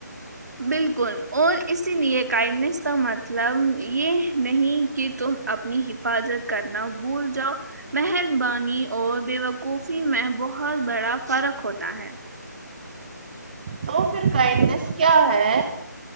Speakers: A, on the right; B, on the right.
A: بالکل اور اسی لیے کائنڈنیس کا مطلب یہ نہیں کہ تم اپنی حفاظت کرنا بھول جاؤ مہربانی اور بیوقوفی میں بہت بڑا فرق ہوتا ہے
B: تو پھر کائنڈنیس کیا ہے